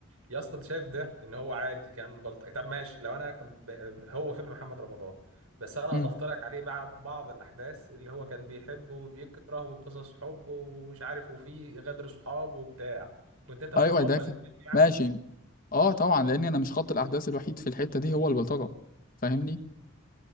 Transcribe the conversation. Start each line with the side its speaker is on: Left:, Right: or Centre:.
Right: يا اسطى انت شايف ده ان هو عادي كان بلطجي طب ماشي لو انا ب... هو فيلم محمد رمضان بس انا
Left: مم.
Right: اضفت لك عليه بعض بعض الاحداث اللي هو كان بيحبه وبيكره وقصص حب ومش عارف وفيه غدر صحاب وبتاع كنت انت هتتقبل
Left: ايوه ده ك-
Right: الفيلم يعني
Left: ماشي اه طبعا لان انا مش خط الاحداث الوحيد في الحته دي هو البلطجه فاهمني